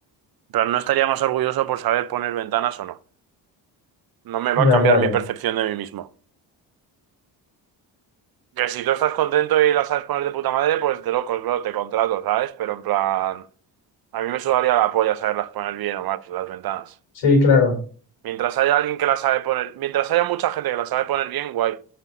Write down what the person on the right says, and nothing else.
Pero no estaría más orgulloso por saber poner ventanas o no. No me
va a cambiar
mi percepción de mí mismo. Que si tú estás contento y la sabes poner de puta madre, pues de locos, bro, te contrato, ¿sabes? Pero en plan... A mí me sudaría la polla saberlas poner bien o mal, las ventanas.
Mientras haya alguien que la sabe poner, mientras haya mucha gente que la sabe poner bien, guay.